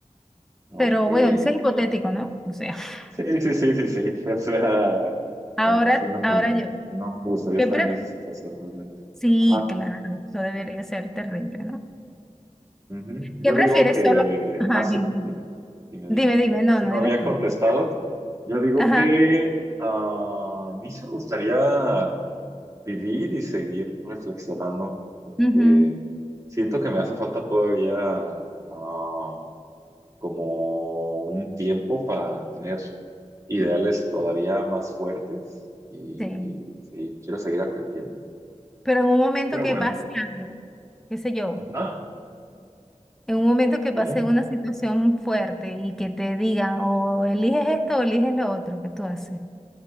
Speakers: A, on the right (about 25°); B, in the centre.
A: ok.
B: pero bueno, eso es hipotético, ¿no? O sea, <laughs>
A: Sí, sí, sí, sí, sí. <laughs> O sea,
B: ahora,
A: me imagino
B: ahora
A: que
B: yo.
A: no me gustaría
B: ¿Qué
A: estar
B: prefieres?
A: en esa situación realmente.
B: Sí,
A: Ajá.
B: claro, eso debería ser terrible, ¿no?
A: ujú. Yo
B: ¿Qué prefieres
A: digo que.
B: solo? Ajá,
A: Ah, sí,
B: dime, dime.
A: dime, dime,
B: Dime,
A: dime.
B: dime, no,
A: Es que
B: no,
A: no
B: dime
A: había
B: tú.
A: contestado. Yo digo
B: Ajá,
A: que ah, a mí sí me gustaría vivir y seguir reflexionando, porque
B: ujú,
A: siento que me hace falta todavía. ah como un tiempo para tener ideales todavía más fuertes y
B: sí.
A: sí, quiero seguir aprendiendo.
B: Pero en un momento
A: Pero
B: que
A: bueno,
B: pase algo, qué sé yo,
A: ajá,
B: en un momento que
A: ¿cómo?
B: pase una situación fuerte y que te digan o eliges esto o eliges lo otro, ¿qué tú haces?